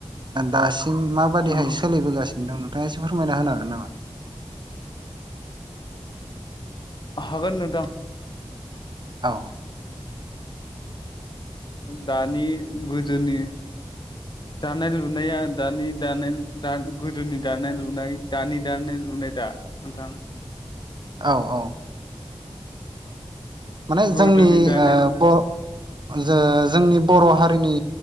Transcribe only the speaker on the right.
दासिम मा माबादिहाय
सोलिबोगासिनो दं नोंथांङा एसे फोरमायना होन हागोन नामा
औ
औ औ माने
जोंनि
बर' ज जोंनि बर' हारिनि